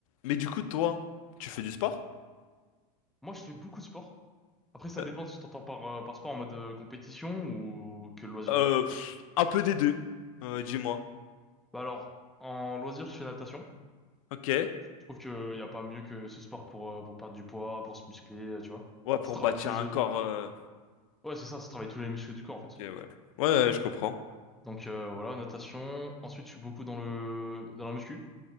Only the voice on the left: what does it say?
Mais du coup, toi, tu fais du sport?
Euh,
euh, pff, un peu des deux, euh, dis-moi.
Ok.
Ouais, pour
bâtir
un
corps. euh,
Ok, ouais. Ouais, ouais, je comprends.